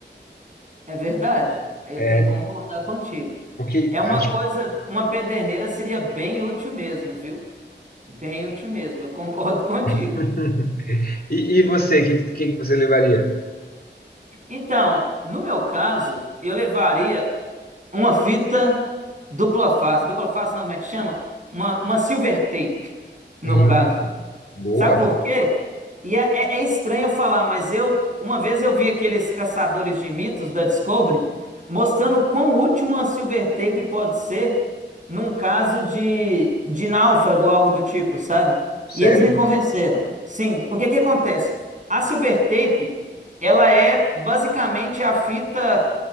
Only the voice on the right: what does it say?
É verdade. Aí eu
tenho que concordar contigo.
É uma
coisa, uma pederneira seria bem útil mesmo, viu? Bem útil mesmo, eu concordo <laughs> contigo.
Então, no meu caso, eu levaria Uma fita dupla face. Dupla face não, como é que chama? Uma, uma silver tape, no
caso.
Sabe por quê? E é, é- é estranho eu falar, mas eu uma vez eu vi aqueles caçadores de mitos da Discovery mostrando quão útil uma silver tape pode ser num caso de, de náufrago ou algo do tipo, sabe?
E eles me convenceram. Sim, porque o que acontece? A silver tape, ela é basicamente a fita